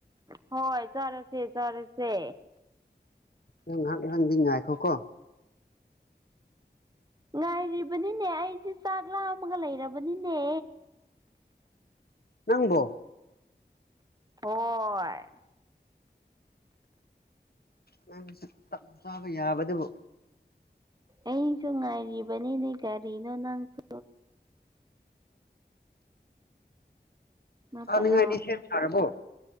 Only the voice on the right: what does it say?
ꯍꯣꯏ ꯆꯔꯁꯦ ꯆꯔꯁꯦ
ꯉꯥꯏꯔꯤꯕꯅꯤꯅꯦ ꯑꯩꯁꯦ ꯆꯥꯛ ꯂꯥꯃꯒ ꯂꯩꯔꯕꯅꯤꯅꯦ
ꯍꯣꯏ
ꯑꯩꯁꯨ ꯉꯥꯏꯔꯤꯕ ꯅꯤ ꯅꯦ ꯀꯔꯤꯅꯣ ꯅꯥꯪꯁꯨ ꯅꯠꯇꯔꯣ